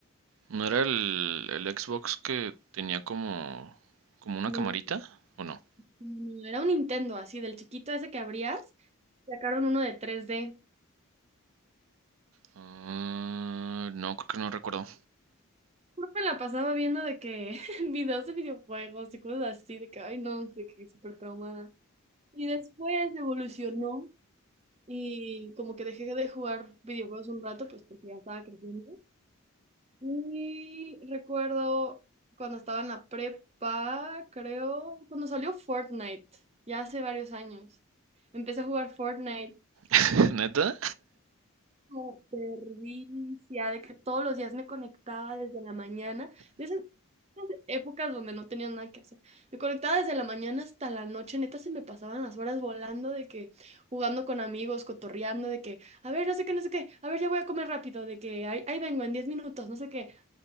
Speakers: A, on the right; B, on the right.
A: ¿No era el, el Xbox que tenía como, como una
B: No,
A: camarita? ¿O no?
B: no, era un Nintendo así, del chiquito ese que abrías, sacaron uno de 3D.
A: Ah, no, creo que no recuerdo.
B: Yo Me la pasaba viendo de que <laughs> videos de videojuegos y cosas así, de que, ay no, de que súper traumada. Y después evolucionó y como que dejé de jugar videojuegos un rato, pues porque ya estaba creciendo. Y recuerdo cuando estaba en la prepa, creo, cuando salió Fortnite, ya hace varios años. Empecé a jugar Fortnite
A: <laughs> ¿Neta?
B: súper vicia, de que todos los días me conectaba desde la mañana, de esas esas épocas donde no tenía nada que hacer. Me conectaba desde la mañana hasta la noche, neta se me pasaban las horas volando de que jugando con amigos, cotorreando, de que, a ver, no sé qué, no sé qué, a ver, ya voy a comer rápido, de que ahí, ahí vengo en 10 minutos, no sé qué.